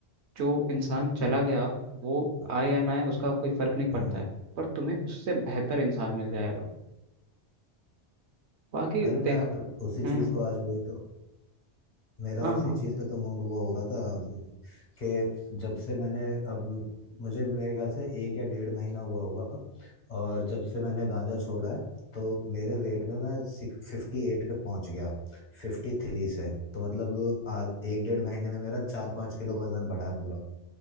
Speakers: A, on the right (about 75°); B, on the left (about 40°).
A: जो इंसान चला गया वो
B: अ-
A: आए या ना आए उसका कोई फर्क नहीं पड़ता
B: हम्म।
A: है पर तुम्हें उससे बेहतर इंसान मिल जाएगा बाकी
B: अरे
A: देख
B: मैं उसी
A: हम्म
B: चीज को आज वही तो मेरा
A: हाँ
B: उसी
A: हाँ
B: चीज पे तो मूड वो हो रहा था अब कि जब से मैंने अब मुझे मेरे ख्याल से एक या डेढ़ महीना हुआ होगा और जब से मैंने गांजा छोड़ा है तो मेरे वेट में मैं फिफ्टी एट पे पहुंच गया फिफ्टी थ्री से तो मतलब आज एक डेढ़ महीने में मेरा चार पाँच किलो वजन बढ़ा है पूरा